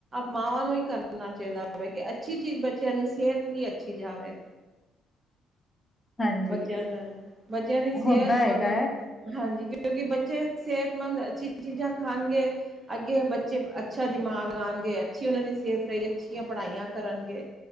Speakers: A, on the right; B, on the left.
A: ਮਾਵਾਂ ਨੂੰ ਹੀ ਕਰਨਾ ਚਾਹੀਦਾ ਹੋਵੇ ਕਿ ਅੱਛੀ ਚੀਜ ਬੱਚਿਆਂ ਨੂੰ ਸਿਹਤ ਲਈ ਅੱਛੀ ਜਾਵੇ।
B: ਹਾਂਜੀ
A: ਬੱਚਿਆਂ ਦਾ ਬੱਚਿਆਂ ਦੀ ਸਿਹਤ
B: ਹੁੰਦਾ ਹੈਗਾ
A: ਮਤਲਬ
B: ਹੈ
A: ਹਾਂਜੀ ਕਿਉਕਿ ਬੱਚੇ ਸਿਹਤਮੰਦ ਅੱਛੀ ਚੀਜਾ ਖਾਣਗੇ। ਅੱਗੇ ਬੱਚੇ ਅੱਛਾ ਦਿਮਾਗ ਲਾਉਣਗੇ ਅੱਛੀ ਉਹਨਾ ਦੀ ਸਿਹਤ ਲਈਹੀ ਅੱਛੀਆਂ ਪੜ੍ਹਾਈਆਂ ਕਰਨਗੇ।